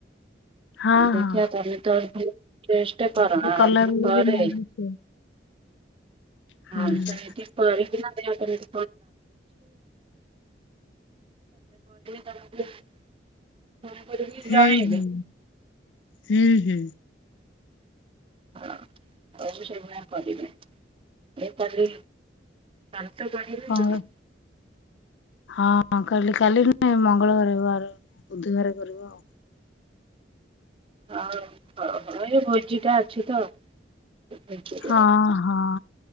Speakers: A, on the left; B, on the right.
A: ହଁ
B: ଦେଖିିବା ତମେ ଥରେ ଟେଷ୍ଟ କର
A: ହଁ
B: ନହେଲେ
A: କଲାବେଳେ
B: ମୁ କରେ।
A: ବି ହୁଁ
B: <unintelligible>
A: ହୁଁ
B: ତାପରେ ଫୋନରେ ତମକୁ ଫୋନ୍ କରି କି
A: ହୁଁ
B: ଜଣେଇବି।
A: ହୁଁ ହୁଁ।
B: ହଁ ହ ଉ ମୁଁ ସେଇ ଭଳିଆ କରିବି ମୁଁ କଲି। କାଲି ତା କରିବି
A: କଣ
B: ଆଉ।
A: ହଁ କାଲି କାଲି ନୁହେଁ ମଙ୍ଗଳ ବାରେ ବାରେ ବୁଧବାର କରିବ ଆଉ।
B: ହଉ ହ ହ ଏ ଭୋଜି ଟା ଅଛି ତ। ଭୋଜିରେ
A: ହଁ ହଁ